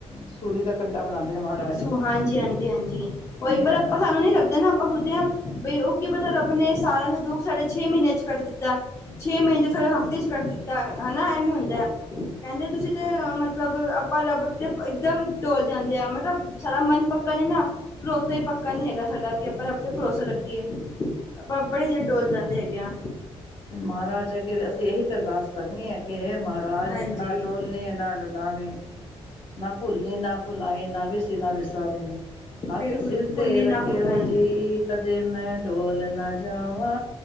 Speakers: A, on the left; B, on the left.
A: ਸੂਲੀ ਦਾ ਕੰਢਾ ਬਣਾਉਂਦੇ ਨੇ ਮਹਾਰਾ
B: ਸੂ ਹਾਂਜੀ ਹਾਂਜੀ ਹਾਜੀਂ ਉਈ
A: ਇਹ
B: ਪਰ ਆਂਪਾਂ ਸਾਨੂੰ ਨਹੀਂ ਕਰਦੇ ਨਾਂ ਆਂਪ <unintelligible> ਬਈ ਉਹ ਕੀ ਪਤਾ ਰੱਬ ਨੇ ਸਾਲਾਂ ਦਾ ਦੁੱਖ ਸਾਢੇ ਛੇ ਮਹੀਨਿਆਂ ਚ ਕੱਢ ਦਿੱਤਾ ਛੇ ਮਹੀਨੇ <unintelligible> ਸਾਡਾ ਹਫ਼ਤੇ ਚ ਕੱਢ ਦਿੱਤਾ ਹਨਾ ਐਵੇਂ ਹੁੰਦਾ ਹੈ ਕਹਿੰਦੇ ਤੁਸੀਂ ਤੇ ਮਤਲਬ ਆਪਾਂ ਰੱਬ ਅੱਗੇ ਇਕਦਮ ਹੀ ਡੋਲ ਜਾਂਦੇ ਆ ਮਤਲਬ ਸਾਡਾ ਮਨ ਪੱਕਾ ਨੀ ਨਾ ਭਰੋਸਾ ਹੀ ਪੱਕਾ ਨੀ ਹੈਗਾ ਸਾਡਾ ਕਿ ਆਪਾਂ ਰੱਬ ਤੇ ਭਰੋਸਾ ਰੱਖੀਏ ਆਪਾਂ ਬੜੀ ਛੇਤੀ ਡੋਲ ਜਾਂਦੇ ਹੈਗੇ ਆਂ
A: ਤੇ ਮਹਾਰਾਜ ਅਗੇ ਅਸੀਂ ਇਹੀ ਤੇ ਅਰਦਾਸ ਕਰਨੀ ਹੈ ਕਿ ਇਹ ਮਹਾਰਾਜ
B: ਹਾਂਜੀ
A: ਨਾ ਡੋਲੀ ਨਾ ਡੁਲਾਂਵੀ ਨਾ ਭੁੱਲੀਂ ਨਾ ਭੁਲਾਈ ਨਾ ਵਿਸੀ ਨਾ ਵਿਸਾਰੀ
B: ਬਿਲਕੁਲ
A: ਹੱਥ ਸਿਲ
B: ਭੁੱਲੀ
A: ਤੇ ਰੱਖਿਓ
B: ਨਾ ਭੁਲਾਈ
A: ਜੀ ਕਦੇ ਮੈਂ ਡੋਲ ਨਾ ਜਾਵਾਂ